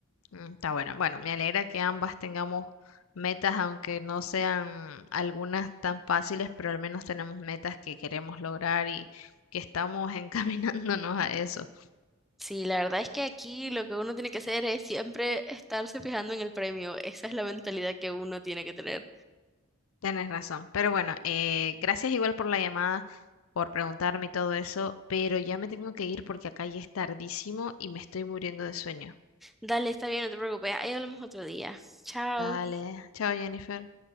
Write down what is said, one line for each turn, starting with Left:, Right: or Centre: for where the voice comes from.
Left: Mm, Está bueno. Bueno, me alegra que ambas tengamos metas, aunque no sean algunas tan fáciles, pero al menos tenemos metas que queremos lograr y que estamos <laughs> encaminándonos a eso.
Centre: Sí, la verdad es que aquí lo que uno tiene que hacer es siempre estarse fijando en el premio. Esa es la mentalidad que uno tiene que tener.
Left: Tienes razón. Pero bueno, eh, gracias igual por la llamada, por preguntarme y todo eso, pero ya me tengo que ir porque acá ya es tardísimo y me estoy muriendo de sueño.
Centre: Dale, está bien, no te preocupes. Ahí hablamos otro día. Chao.
Left: Dale. Chao, Jennifer.